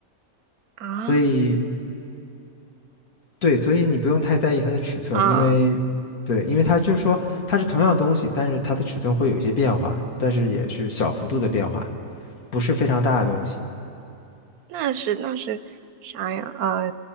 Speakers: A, on the right; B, on the left.
A: 啊
B: 所以。对，所以你不用太在意它的尺寸，
A: 啊，
B: 因为，对，因为它就是说它是同样的东西，但是它的尺寸会有一些变化，但是也是小幅度的变化，不是非常大的东西。
A: 那是那是啥呀？啊，